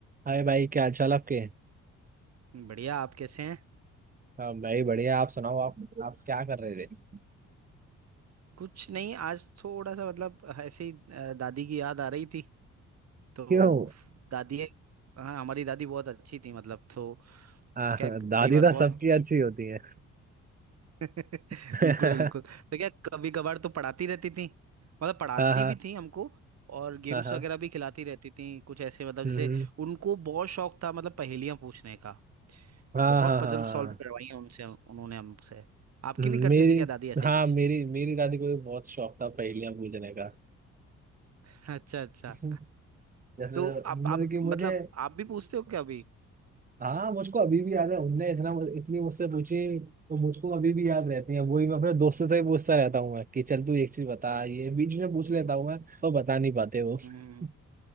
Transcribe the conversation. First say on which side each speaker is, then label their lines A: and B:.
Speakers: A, on the right; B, on the right.
A: हाय भाई क्या हाल चाल आपके
B: बढ़िया आप कैसे हैं
A: हाँ मैं ही बढ़िया आप सुनाओ आप आप क्या कर रहे थे
B: कुछ नहीं आज थोड़ा सा मतलब ऐसे ही अ, दादी की याद आ रही थी तो
A: क्यों
B: दादी हाँ हमारी दादी बहुत अच्छी थी मतलब तो वो
A: आ,
B: क्या कई
A: दादी
B: बार
A: तो
B: बहुत
A: सबकी अच्छी होती है
B: <laughs>
A: <laughs>
B: बिल्कुल बिल्कुल
A: हाँ
B: तो क्या कभी कभार तो पढ़ाती रहती थी मतलब पढ़ाती
A: हाँ
B: भी थी हमको और गेम्स
A: हाँ हाँ
B: वगैरह भी खिलाती रहती थी कुछ ऐसे मतलब जैसे
A: हम्म, हम्म।
B: उनको बहुत शौक था मतलब पहेलियां पूछने का
A: हाँ
B: बहुत
A: हाँ
B: पजल
A: हाँ हाँ।
B: सॉल्व करवाई हैं उनसे उन्होंने हमसे आपकी
A: हम्म,
B: भी करती
A: मेरी
B: थी क्या दादी ऐसा
A: हाँ
B: ही कुछ
A: मेरी मेरी दादी को भी बहुत शौक था पहेलियां पूछने का
B: <laughs> अच्छा अच्छा
A: <laughs> जैसे
B: तो आप
A: मतलब
B: आप
A: कि मुझे
B: मतलब आप भी पूछते हो क्या अभी
A: हाँ मुझको अभी भी याद है उनने इतना इतनी मुझसे पूछी तो मुझको अभी भी याद रहती है वही मैं अपने दोस्तों से भी पूछता रहता हूँ मैं कि चल तू एक चीज बता ये बीच में पूछ लेता हूँ मैं तो बता नहीं पाते वो
B: हम्म
A: <laughs>